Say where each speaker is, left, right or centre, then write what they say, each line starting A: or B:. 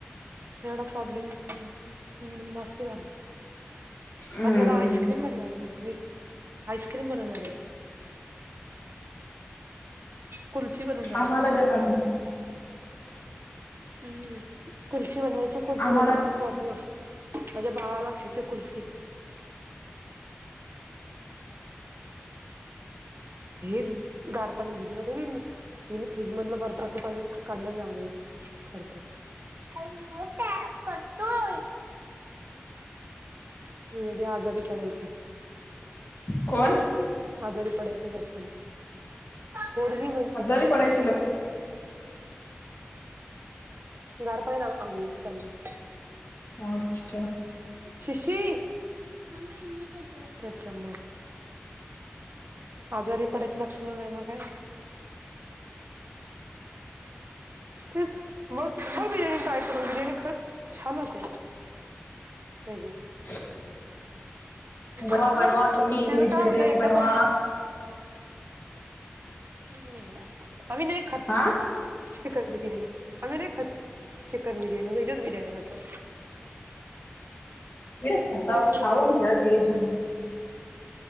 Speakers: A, on the right; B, on the left.
A: एवढ प्रॉब्लेम नसता झाला.
B: हम्म
A: आज मला आईस्क्रीम बनवायच मी. आईस्क्रीम बनवणार आहे आज. कुल्फी बनवणार
B: आम्हाला
A: आहे
B: द्या पाठवून.
A: हम्म खुर्ची बनवायचे खुर्ची
B: आम
A: मध्ये बाबू माझ्या भावाला खायची आहे कुल्फी. हे गार पाण्यात भिजु नको हे फ्रीज मधलं बर्फाच पाणी काढल्याने आंघोळी करते. करतोय. वेडी आजारी पडायची.
B: कोण?
A: आजारी पडायचे लक्षण पोरगी म्हणते.
B: आजारी पडायची लक्षण
A: गार पाण्यानी आंघोळीच चाललय.
B: <unintelligible>
A: शशी. म्मम्मे मी करतो <unintelligible> आजारी पडायची लक्षणं नाही, मग काय? तेच मग मग बिर्याणी ट्राय करून, बिर्याणी खरच छान होते. कधी?
B: <unintelligible> बनवा,
A: फक्त
B: बनवा तुम्ही
A: त्याच
B: व्हेज
A: काय
B: बिर्याणी
A: होतं एकदा
B: बनवा.
A: तो ह. आम्ही नाही खात.
B: हा.
A: चिकन बिर्याणी, आम्ही नाही खात. चिकन बिर्यानी, व्हेजच बिर्यानी खातो.
B: व्हेज खाता,
A: आम्ही कुठे
B: खाऊन
A: खातो
B: घ्या व्हेज
A: चिकन बिर्याणी